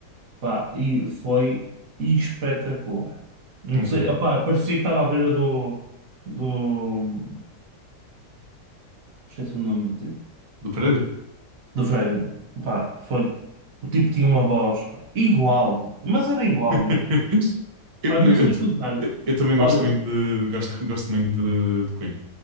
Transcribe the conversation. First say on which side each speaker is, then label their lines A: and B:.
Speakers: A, on the right (about 60°); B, on the right (about 45°).
A: Pá, e foi espetacular. Não
B: ok.
A: sei, opá, parecia que estava à beira do. do. Esqueci o nome do tipo.
B: Do prédio?
A: Do Freddie Mercury. Pá, foi. O tipo tinha uma voz, pá, igual, mas era igual
B: <laughs>
A: mesmo.
B: Eu,
A: Pá,
B: não,
A: não
B: eu-
A: sei explicar.
B: eu- eu também gosto
A: Olha,
B: muito de gosto, gosto muito de, de Queen.